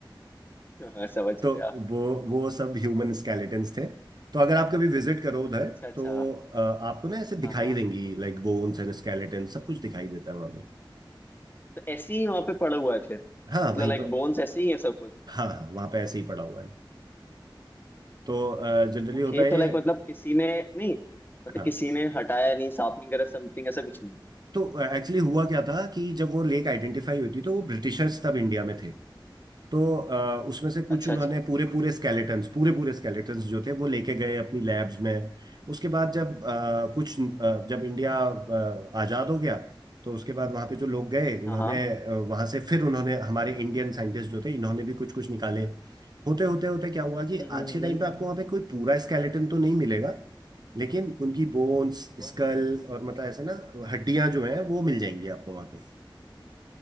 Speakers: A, on the left (about 25°); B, on the right (about 55°).
A: हाँ समझ
B: तो
A: गया
B: वो वो सब ह्यूमन
A: हम्म,
B: स्केलेटन्स थे तो अगर आप कभी विजिट करो उधर
A: अच्छा अच्छा
B: तो अ, आपको ना ऐसे
A: हाँ
B: दिखाई
A: हाँ
B: देंगी लाइक बोन्स एंड स्केलेटन सब कुछ दिखाई देता है वहां पे
A: तो ऐसे ही वहां पे पड़ा हुआ है फिर
B: हाँ
A: मतलब
B: वहीं
A: लाइक
B: पर
A: बोन्स ऐसे ही है सब कुछ
B: हाँ हाँ वहां पे ऐसे ही पड़ा हुआ है तो जनरली
A: ओके
B: होता है
A: तो लाइक
B: ये
A: मतलब किसी ने नहीं मतलब
B: हाँ
A: किसी ने हटाया नहीं साफ नहीं करा समथिंग ऐसा कुछ नहीं
B: तो एक्चुअली हुआ क्या था कि जब वो लेक आइडेंटिफाई हुई थी तो वो ब्रिटिशर्स तब इंडिया में थे तो अ, उसमें से कुछ
A: अच्छा
B: उन्होंने
A: अच्छा
B: पूरे पूरे स्केलेटन्स पूरे पूरे स्केलेटन्स जो थे वो लेके गए अपनी लैब्स में उसके बाद जब अ, कुछ अ, जब इंडिया अ, आज़ाद हो गया तो उसके बाद वहाँ पे जो लोग गए उन्होंने
A: हाँ हाँ
B: अ, वहाँ से फिर उन्होंने हमारे इंडियन साइंटिस्ट जो थे इन्होंने भी कुछ कुछ निकाले होते होते होते क्या हुआ कि
A: हम्म
B: आज के
A: हम्म
B: टाइम पे आपको वहाँ पे कोई पूरा स्केलेटन तो नहीं मिलेगा लेकिन उनकी बोन्स
A: हम्म
B: स्कल
A: हम्म।
B: और मतलब ऐसे ना हड्डियां जो हैं वो मिल जाएंगी आपको वहाँ पे